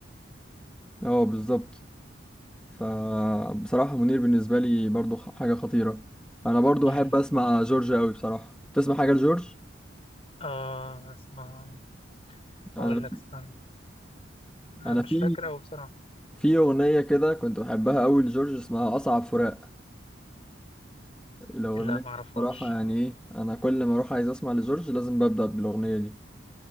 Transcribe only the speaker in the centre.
اه بالظبط فبصراحة منير بالنسبة لي برضو خ- حاجة خطيرة أنا برضو
بحب أسمع جورج أوي بصراحة تسمع حاجة لجورج؟
أنا
أنا
في
في أغنية كده كنت بحبها أوي لجورج اسمها أصعب فراق الأغنية
دي بصراحة يعني إيه أنا كل ما أروح عايز أسمع لجورج لازم ببدأ بالأغنية دي